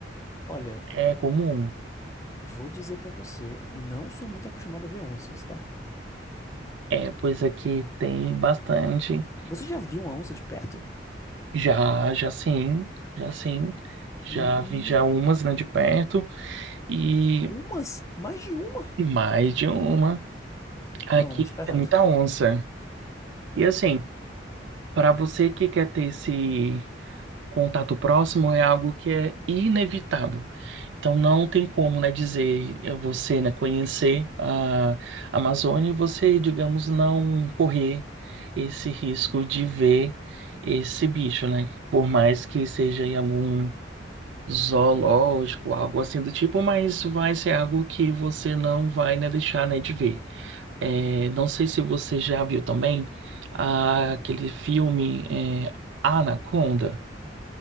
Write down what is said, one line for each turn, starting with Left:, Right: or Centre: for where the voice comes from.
Left: Olha,
Right: É comum.
Left: vou dizer pra você, não sou muito acostumado a ver onças, tá?
Right: É, pois aqui tem bastante.
Left: Você já viu uma onça de perto?
Right: Já, já sim, já sim. Já
Left: Meu
Right: vi já umas, né, de perto e
Left: Umas? Mais de uma?
Right: mais de uma. Aqui
Left: Não, mas tá errado.
Right: tem muita onça. E assim, Para você que quer ter esse contato próximo, é algo que é inevitável. Então, não tem como, né, dizer eh, você, né, conhecer a Amazônia e você, digamos, não correr esse risco de ver esse bicho, né? Por mais que seja em algum zoológico, algo assim do tipo, mas vai ser algo que você não vai, né, deixar, né, de ver. É, não sei se você já viu também ah, aquele filme é, Anaconda.